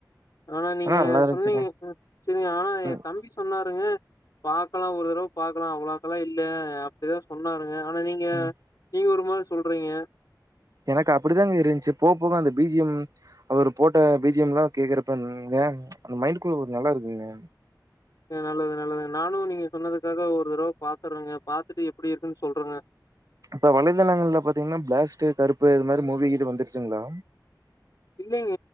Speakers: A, on the left; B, on the right.
A: ஆனா நீங்க
B: நல்லா இருந்துச்சுங்க.
A: சொன்னீங்க சரிங்க ஆனா என்
B: ம்,
A: தம்பி சொன்னாருங்க பாக்கலாம் ஒரு தடவை பாக்கலாம் அவ்ளோவுக்கெல்லாம் இல்ல அப்டிதான் சொன்னாருங்க ஆனா நீங்க
B: ம்.
A: நீங்க ஒரு மாரி சொல்றீங்க
B: எனக்கு அப்டிதாங்க இருந்துச்சு போக போக அந்த பிஜியம் அவரு போட்ட பி ஜி எம் எல்லாம் கேக்குறப்பங்க அந்த மைண்ட குள்ள ஒரு நல்லா இருக்குங்க
A: நல்லது நல்லதுங்க நானும் நீங்க சொன்னதுக்காக ஒரு தடவை பாத்துறேங்க பாத்துட்டு எப்டி இருக்குன்னு சொல்றேங்க
B: இப்ப வலைதளங்கள்ல பாத்தீங்கன்னா பிளாஸ்ட் கருப்பு இது மாரி மூவி கீது வந்துருச்சுங்களா
A: இல்லைங்க